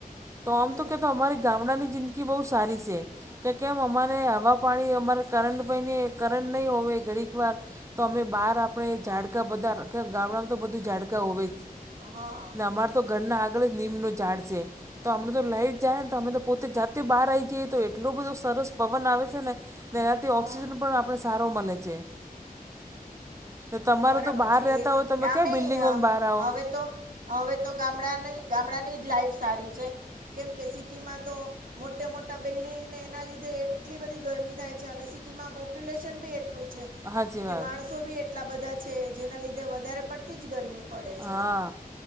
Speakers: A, on the right; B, on the right.
A: તો આમ
B: હમ
A: તો કે તો અમારી ગામડાની જિંદગી બહું સારી છે. કે કેમ અમારે હવા, પાણી અમારે કરંટ, કરંટ નહી હોય ઘડીક વાર તો અમે બહાર આપણે ઝાડકા બધા ગામડામાં તો બધું ઝાડકા હોવે જ
B: હા
A: ને તો ઘરના આગળ જ લીમડાનું ઝાડ છે. તો અમે તો લાઈટ જાય ને તો અમે પોતે જાતે બહાર આવી જઈએ તો એટલો બધો સરસ પવન આવે છે ને તેનાથી
B: હા
A: ઓક્સિજન પણ આપણે સારો મળે છે. તો તમારે
B: બરાબર
A: તો બહાર
B: છે,
A: રહેતા
B: એ
A: હોય તમે ક્યાં
B: અમે
A: બિલ્ડિંગોમાં બહાર આવો
B: હવે તો હવે તો ગામડાની, ગામડાની જ લાઈફ સારી છે કેમ કે સિટીમાં તો મોટે મોટા બિલ્ડિંગને એના લીધે એટલી બધી ગરમી થાય છે અને સિટીમાં પોપ્યુલેશન પણ એટલું છે. કે
A: હાચી વાત
B: માણસો પણ એટલા બધા છે. જેના લીધે વધારે પડતી જ ગરમી પડે છે
A: હા,